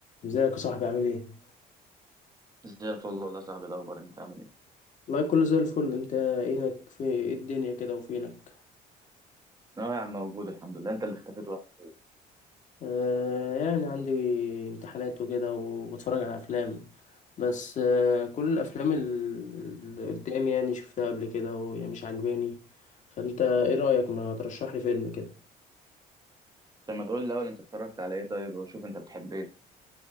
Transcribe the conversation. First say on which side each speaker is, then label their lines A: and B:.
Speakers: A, on the left; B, on the right.
A: ازيك يا صاحبي عامل ايه؟
B: زي الفل والله يا صاحبي الاخبار انت عامل ايه
A: والله كله زي الفل انت اينك في ايه الدنيا كده وفينك؟
B: اه يا عم موجود الحمد لله انت اللي اختفيت ورحت فين
A: آه يعني عندي امتحانات وكده وبتفرج على افلام بس آه كل الافلام ال- اللي قدامي يعني شفتها قبل كده وهي مش عجباني فانت ايه رأيك ما ترشح لي فيلم كده؟
B: طب ما تقول لي الاول انت اتفرجت على ايه طيب وشوف انت بتحب ايه